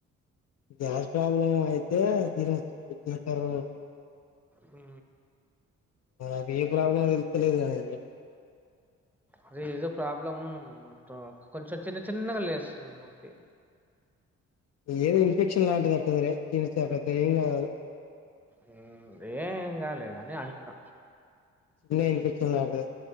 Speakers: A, on the left; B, in the centre.
A: గ్యాస్ ప్రాబ్లం అయితే తినొచ్చు దినకారు
B: హ
A: మరి అది ఏ ప్రాబ్లమ్ తెలుత్త లేదు కదా అది
B: అది ఏదో ప్రాబ్లం తో కొంచెం చిన్న చిన్నగా లేస్తుంది నొప్పి
A: ఏదో ఇన్ఫెక్షన్ లాంటిది అంటది రే చని చే పెద్ద ఏం కాదు
B: మ్ రేయ్ ఏం కాదులే కానీ అంటున్న
A: చిన్న ఇన్ఫెక్షన్ అంతే